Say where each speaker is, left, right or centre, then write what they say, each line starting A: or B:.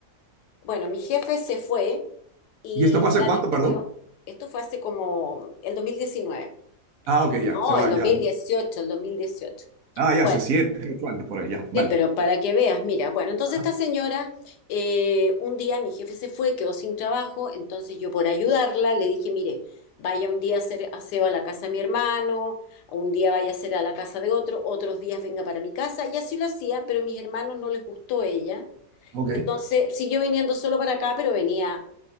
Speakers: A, on the left; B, on the right.
A: Bueno, mi jefe se fue y
B: ¿Y esto fue hace
A: la
B: cuánto,
A: despidió.
B: perdón?
A: Esto fue hace como el dos mil diecinueve
B: Ah, ok, ya,
A: No,
B: se va,
A: el dos
B: ya.
A: mil dieciocho el dos mil dieciocho
B: Ah, ya,
A: Bueno,
B: hace siete, ocho años por ahí, ya, vale.
A: Sí, pero para que veas, mira, bueno, entonces
B: Ajá,
A: esta señora, eh, un día mi jefe se fue, quedó sin trabajo, entonces yo por ayudarla le dije, mire, vaya un día a hacer aseo a la casa de mi hermano, un día vaya a hacer a la casa de otro, otros días venga para mi casa, y así lo hacía, pero a mis hermanos no les gustó ella,
B: ok.
A: entonces siguió viniendo solo para acá, pero venía